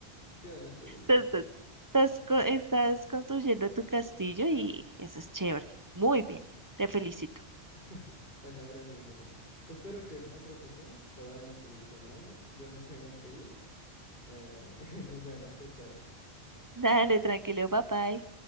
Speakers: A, on the left (about 60°); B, on the right (about 20°).
A: Qué bonito dicho.
B: Entonces, estás, co- estás construyendo tu castillo y eso es chévere. Muy bien, te felicito.
A: <laughs> Bueno, gracias, Julián. Espero que en otra ocasión podamos seguir charlando. Ya me tengo que ir. Eh, <laughs> nos vemos, chao, chao.
B: Dale, tranquilo, bye bye.